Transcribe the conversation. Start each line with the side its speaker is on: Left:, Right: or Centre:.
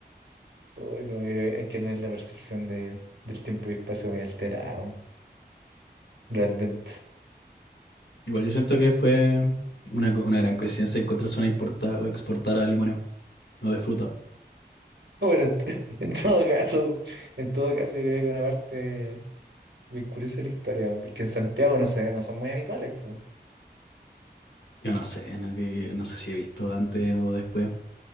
Right: Uy, no, mira, hay que tener la percepción de, del tiempo y espacio muy alterada, weón, realmente. <laughs>
Left: Igual yo siento que fue una, co- una gran coincidencia encontrarse una importada o exportada de limones, no de fruta.
Right: Bueno, en t- <laughs> en todo caso, en todo caso yo creo que una parte bien curiosa de la historia, weón, porque en Santiago no se, no son muy habituales, pues.
Left: Yo no sé, no, que- no sé si he visto antes o después,